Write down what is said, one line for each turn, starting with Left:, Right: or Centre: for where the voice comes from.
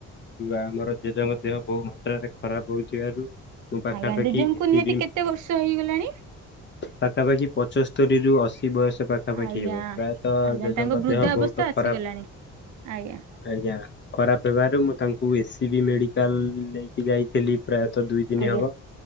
Left: ଆମର ଜେଜେଙ୍କ ଦେହ ବହୁ ମାତ୍ରାରେ ଖରାପ ହଉଥିବାରୁ ମୁଁ ପାଖାପାଖି
Right: ଆଜ୍ଞା ଜେଜଙ୍କୁ
Left: ଏସି
Right: ନିହାତି
Left: ବି
Right: କେତେ ବର୍ଷ ହେଇଗଲାଣି?
Left: ପାଖାପାଖି ପଚଶ ତୁରୀରୁୁ ଅଶୀ ବୟସ ପାଖାପାଖି
Right: ଆଜ୍ଞା
Left: ହେବ ପ୍ରାୟତଃ
Right: ଆଜ୍ଞା
Left: ଜେଜେଙ୍କ
Right: ତାଙ୍କ ବୃଦ୍ଧା
Left: ଦେହ ବହୁତ
Right: ଅବସ୍ଥା
Left: ଖରାପ।
Right: ଆସିଗଲାଣି ଆଜ୍ଞା।
Left: ଆଜ୍ଞା ଖରାପ ହେବାରୁ ମୁଁ ତାଙ୍କୁ ଏସ୍ ସି ବି ମେଡିକାଲ ନେଇକି ଯାଇଥିଲି। ପ୍ରାୟତଃ ଦୁଇ ଦିନି
Right: ଆଜ୍ଞା।
Left: ହବ।